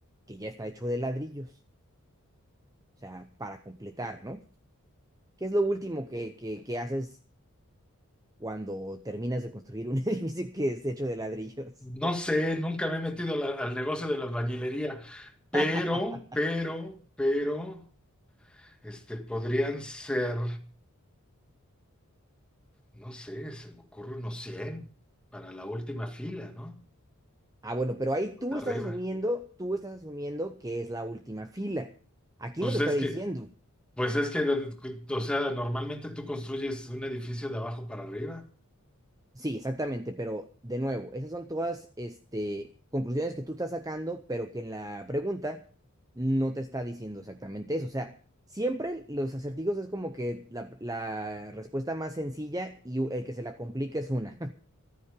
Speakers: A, on the right; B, in the centre.
A: que ya está hecho de ladrillos? O sea, para completar, ¿no? ¿Qué es lo último que, que, que haces cuando terminas de construir un <laughs> edificio que es hecho de ladrillos?
B: No sé, nunca me he metido a la- al, negocio de la albañilería, pero,
A: <laughs>
B: pero, pero, este, podrían ser, no sé, se me ocurre unos 100 para la última fila, ¿no?
A: Ah, bueno, pero ahí
B: Los
A: tú
B: De
A: estás
B: arriba.
A: asumiendo, tú estás asumiendo que es la última fila. Aquí
B: Pues
A: no te está
B: es
A: diciendo.
B: que, pues es que, o sea, normalmente tú construyes un edificio de abajo para arriba.
A: Sí, exactamente, pero de nuevo, esas son todas, este, conclusiones que tú estás sacando, pero que en la pregunta no te está diciendo exactamente eso. O sea, siempre los acertijos es como que la, la respuesta más sencilla y u- el que se la complica es una.